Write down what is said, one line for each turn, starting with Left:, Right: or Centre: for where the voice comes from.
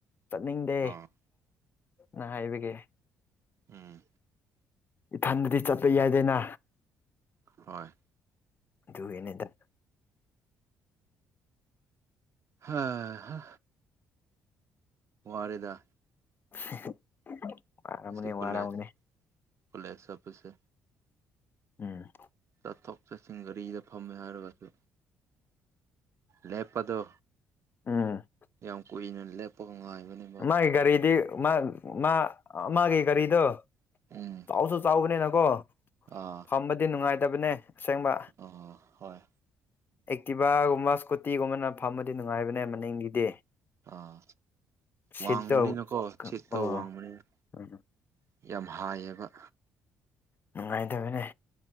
Left: ꯆꯠꯅꯤꯡꯗꯦ
Right: ꯑꯥ
Left: ꯅ ꯍꯥꯏꯕꯒꯤ
Right: ꯎꯝ
Left: ꯏꯊꯟꯗꯗꯤ ꯆꯠꯄ ꯌꯥꯏꯗꯅ
Right: ꯍꯣꯏ
Left: ꯑꯗꯨꯒꯤꯅꯤꯗ
Right: ꯍꯥ ꯍꯥ ꯋꯥꯔꯦꯗꯥ
Left: <unintelligible> ꯋꯥꯔꯝꯒꯅꯤ
Right: ꯉꯁꯤ ꯀꯣꯂꯦꯖ
Left: ꯋꯥꯔꯝꯒꯅꯤ
Right: ꯀꯣꯂꯦꯖ ꯆꯠꯄꯥꯁꯦ
Left: ꯎꯝ
Right: ꯆꯠꯊꯣꯛ ꯆꯠꯁꯤꯟ ꯒꯥꯔꯤꯗ ꯐꯝꯃꯦ ꯍꯥꯏꯔꯒꯁꯨ ꯂꯦꯞꯄꯗꯣ
Left: ꯎꯝ
Right: ꯌꯥꯝ ꯀꯨꯏꯅ ꯂꯦꯞꯄꯒ ꯉꯥꯏꯕꯅꯤ
Left: ꯃꯥꯒꯤ ꯒꯥꯔꯤꯗꯤ ꯃꯥ ꯃꯥ ꯃꯥꯒꯤ ꯒꯥꯔꯤꯗꯣ
Right: ꯎꯝ
Left: ꯆꯥꯎꯁꯨ ꯆꯥꯎꯕꯅꯤꯅꯀꯣ
Right: ꯑꯥ
Left: ꯄꯝꯕꯗꯤ ꯅꯨꯡꯉꯥꯏꯇꯕꯅꯦ ꯑꯁꯦꯡꯕ
Right: ꯑꯣ ꯍꯣꯏ
Left: ꯑꯦꯛꯇꯤꯚꯒꯨꯝꯕ ꯁꯀꯨꯇꯤꯒꯨꯝꯕꯅ ꯐꯃꯗꯤ ꯅꯨꯡꯉꯥꯏꯕꯅꯦ ꯃꯅꯤꯡꯒꯤꯗꯤ
Right: ꯑꯥ
Left: ꯁꯤꯠꯇꯣ
Right: ꯋꯥꯡꯕꯅꯤꯅꯀꯣ
Left: ꯑꯣ
Right: ꯁꯤꯠꯇꯧ ꯋꯥꯡꯕꯅꯤꯅ
Left: ꯎꯝ
Right: ꯌꯥꯝ ꯍꯥꯏꯌꯦꯕ
Left: ꯅꯨꯡꯉꯥꯏꯇꯕꯅꯦ